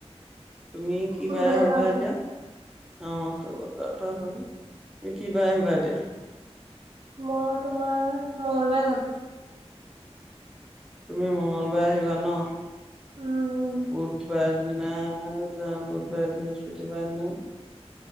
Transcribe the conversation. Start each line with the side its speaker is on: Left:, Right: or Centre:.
Centre: তুমি কি
Right: ফুৰিবলৈ
Centre: বাৰে আহিবা
Right: যাম
Centre: এতিয়া? অ', ফুৰিব যোৱা কথা আছে যে তুমি কি বাৰে আহিবা এতিয়া?
Right: মই তোমাৰ মঙগলবাৰে যাম।
Centre: তুমি মংগলবাৰ আহিবা ন
Right: উম
Centre: বুধবাৰে দিনা যা বুধবাৰে বৃহস্পতিবাৰে দিনা